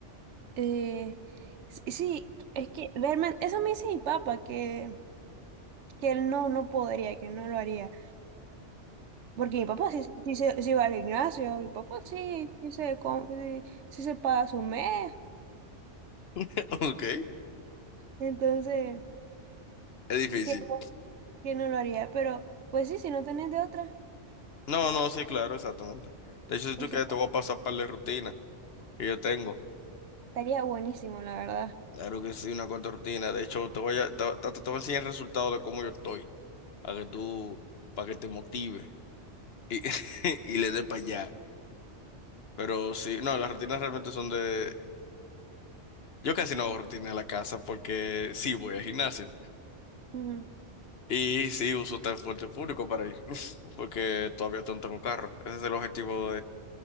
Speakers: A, on the right; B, on the left.
A: eh, sí, sí, es que realmente, eso me dice mi papá, que, que él no, no podría, que él no lo haría. Porque mi papá sí, sí, se- sí va al gimnasio, mi papá sí, sí se, com- sí, sí se paga su mes,
B: <laughs> Ok,
A: entonces,
B: es difícil.
A: que no, que no lo haría. Pero, pues sí, si no tenés de otra.
B: No, no, sí, claro, exactamente. De hecho, si tú
A: Eso
B: quieres, te voy a pasar para la rutina que yo tengo.
A: estaría buenísimo, la verdad.
B: Claro que sí, una cuanta rutina. De hecho, te voy a, te, te- te voy a enseñar el resultado de cómo yo estoy, para que tú, para que te motive y, <laughs> y le dé para allá. Pero sí, no, las rutinas realmente son de... Yo casi no hago rutina en la casa porque sí voy al gimnasio
A: Ujú.
B: y sí uso transporte público para ir, <laughs> porque todavía no tengo carro. Ese es el objetivo